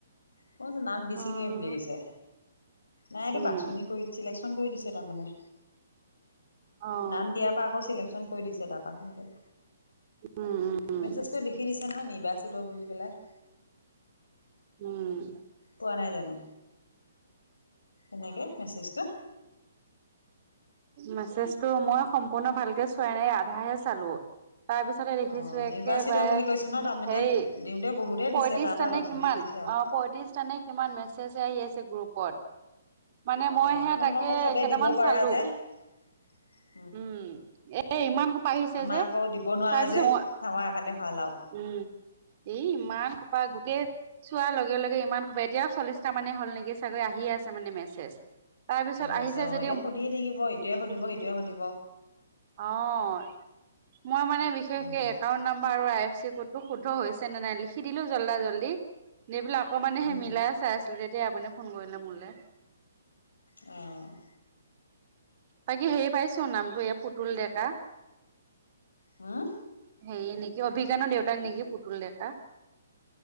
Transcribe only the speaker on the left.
মই গৈছোঁ নাম দিছিলোহে
বুলি কৈছে। নাই এইটো
বাছনি কৰি চিলেকশচন কৰি দিছে তাৰমানে।
নাম দিয়াৰ পৰা আকৌ চিলেকচন কৰি দিছে তাত। <unintelligible>
মেছেজটো লিখি দিছে নহয়, নিৰ্বাচিত বুলি পেলাই।
পোৱা নাই জানো, এনেকে মেছেজটো?
অ
নিৰ্বাচিত বুলি কৈছে ন তাৰমানে
দিওঁতে বহুতেই দিছে
তাৰ পৰা বাছনি
কৰিছে আৰু
অ
তোমালোকে
আকৌ
<unintelligible>
আমাৰ
আকৌ দিব নোৱাৰা
যে
আমাৰ কাৰণে ভাল আৰু
আহি
আছে অ
এতিয়া সুধি থাকিব ইটোৱে সুধিব, সিটোৱে সুধিব।
উম
উম
অ'।
হম?